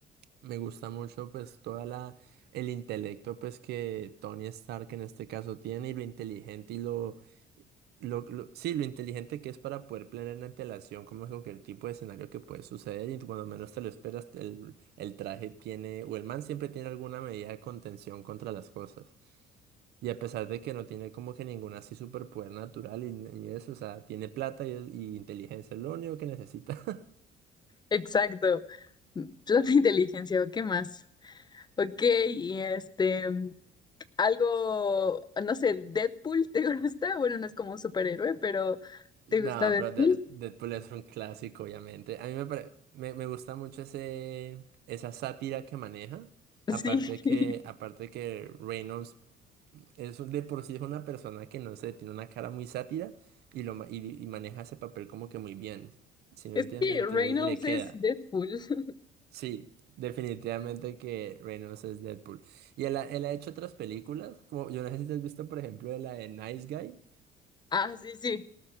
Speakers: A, on the right; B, on the left.
A: Me gusta mucho pues toda la el intelecto pues que Tony Stark en este caso tiene y lo inteligente y lo, lo, lo- sí, lo inteligente que es para poder planear en antelación como es cualquier tipo de escenario que puede suceder y cuando menos te lo esperas el, el traje tiene o el man siempre tiene alguna medida de contención contra las cosas. Y a pesar de que no tiene como que ninguna así superpoder natural y, y eso, o sea, tiene plata y, y inteligencia, es lo único que necesita. <laughs>
B: Exacto. Plata e <laughs> inteligencia, ¿o ¿qué más? Ok, y este. mm, Algo, no sé, Deadpool, ¿te <laughs> gusta? Bueno, no es como un superhéroe, pero
A: No,
B: ¿te gusta Deadpool?
A: pero Dead- Deadpool es un clásico, obviamente. A mí me, pare- me, me gusta mucho ese, esa sátira que maneja.
B: Sí,
A: Aparte
B: <laughs>
A: de que, aparte de que Reynolds es un- de por sí es una persona que no sé, tiene una cara muy sátira y, lo, ma- y, y maneja ese papel como que muy bien. ¿Sí me
B: es
A: entienden?
B: que
A: Entonces
B: Reynolds
A: le queda.
B: es Deadpool. <laughs>
A: Sí, definitivamente que Reynolds es Deadpool. Y él ha, él ha hecho otras películas, como yo no sé si te has visto, por ejemplo, de la de Nice Guy.
B: Ah, sí, sí.